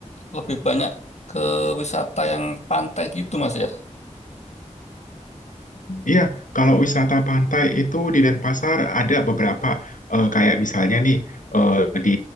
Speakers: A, on the left; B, on the left.
A: lebih banyak ke wisata yang pantai gitu, Mas ya.
B: Iya, kalau wisata pantai itu di Denpasar ada beberapa eh, kayak misalnya nih eh, di